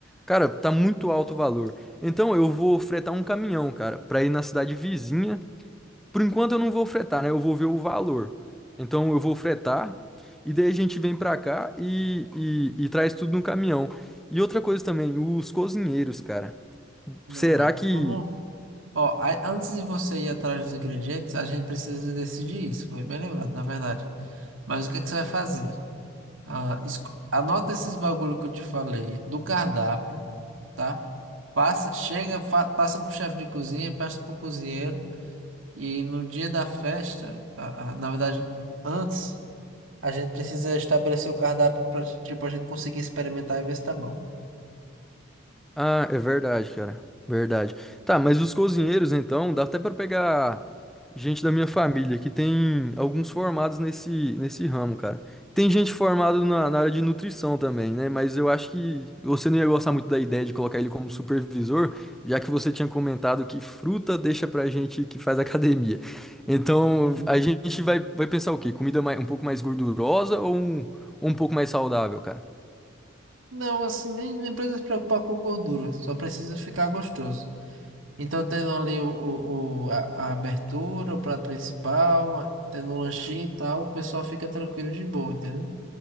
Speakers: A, in the centre; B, on the right.
A: cara, tá muito alto o valor. Então, eu vou fretar um caminhão, cara, pra ir na cidade vizinha. Por enquanto eu não vou fretar, né? Eu vou ver o valor. Então, eu vou fretar e daí a gente vem pra cá e, e e traz tudo no caminhão. E outra coisa também, os cozinheiros, cara.
B: Não
A: Será
B: é.
A: que
B: Vamos. Ó, a- antes de você ir atrás dos ingredientes, a gente precisa decidir isso. Foi bem lembrado, na verdade. Mas o que que você vai fazer? Ah, esco- anota esses bagulho que eu te falei do cardápio, tá? Passa, chega, fa- passa pro chefe de cozinha, passa pro cozinheiro. E no dia da festa, a- a- na verdade, antes, a gente precisa estabelecer o cardápio para, tipo, a gente conseguir experimentar e ver se tá bom.
A: Ah, é verdade, cara. Verdade. Tá, mas os cozinheiros, então, dá até pra pegar gente da minha família, que tem alguns formados nesse, nesse ramo, cara. Tem gente formada na, na área de nutrição também, né? Mas eu acho que você não ia gostar muito da ideia de colocar ele como supervisor, já que você tinha comentado que fruta deixa pra gente que faz <laughs> academia. Então,
B: Uhum.
A: a gente vai, vai pensar o quê? Comida mais- um pouco mais gordurosa ou um, um pouco mais saudável, cara?
B: Não, assim, nem, nem precisa se preocupar com gordura, só precisa ficar gostoso. Então, tendo ali o, o, o- a, a abertura, o prato principal, tendo um lanchinho e tal, o pessoal fica tranquilo de boa, entendeu?